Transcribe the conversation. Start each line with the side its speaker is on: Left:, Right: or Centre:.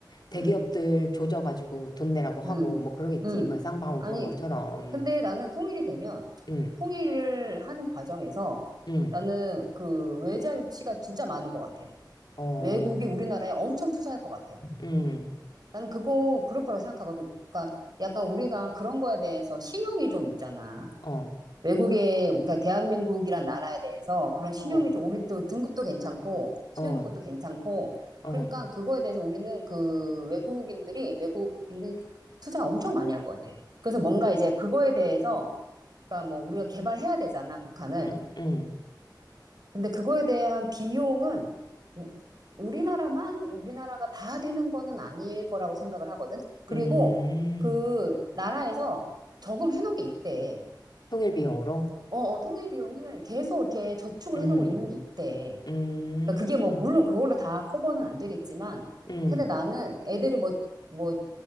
Left: 대기업들
Right: 응,
Left: 조져가지고 돈 내라고 하고
Right: 응,
Left: 뭐 그러겠지
Right: 응.
Left: 이번 쌍방울
Right: 아니,
Left: 그런 것처럼
Right: 근데 나는 통일이 되면,
Left: 응,
Right: 통일을 하는 과정에서
Left: 응,
Right: 나는 그 외자 유치가 진짜 많을 것 같아.
Left: 어,
Right: 외국이 우리나라에 엄청 투자할 것 같아.
Left: 응,
Right: 나는 그거, 그럴 거라고 생각하거든. 그러니까 약간 우리가 그런 거에 대해서 신용이 좀 있잖아.
Left: 어,
Right: 외국에, 그러니까 대한민국이란 나라에 대해서 그런 신용이
Left: 어,
Right: 좀, 우리도 등급도 괜찮고, 신용등급도
Left: 어,
Right: 괜찮고,
Left: 어,
Right: 그러니까 그거에 대해서 우리는 그 외국인들이, 외국인들이 투자 엄청 많이 할 것 같아. 그래서 뭔가 이제 그거에 대해서, 그러니까 뭐 우리가 개발해야 되잖아, 북한을.
Left: 응, 응.
Right: 근데 그거에 대한 비용은 우- 우리나라만, 우리나라가 다 되는 거는 아닐 거라고 생각을 하거든. 그리고
Left: 음,
Right: 그 나라에서 저금해 놓은 게 있대.
Left: 통일 비용으로?
Right: 어, 어, 통일 비용을 계속 이렇게 저축을
Left: 음,
Right: 해놓고 있는 게 있대.
Left: 음,
Right: 그러니까 그게 뭐, 물론 그걸로 다 커버는 안 되겠지만,
Left: 음,
Right: 근데 나는 애들이 뭐, 뭐,